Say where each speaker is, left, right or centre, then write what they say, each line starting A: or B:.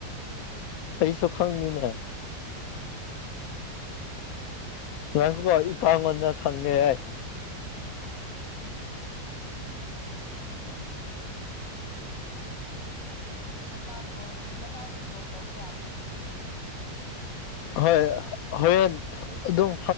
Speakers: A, on the left; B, on the left.
A: ꯑꯩꯁꯨ ꯈꯪꯉꯤꯅꯦ ꯉꯪꯈꯣ ꯏ ꯄꯥꯡꯣꯟꯗ ꯈꯪꯒꯦꯏ
B: <inaudible> ꯅꯄꯥ ꯀꯣꯜ ꯅꯄꯥꯕꯨ ꯀꯣꯜ ꯇꯧꯕ ꯌꯥꯗꯦ ꯍꯧꯖꯤꯛ
A: ꯍꯣꯏ ꯍꯣꯔꯦꯟ ꯑꯗꯨꯝ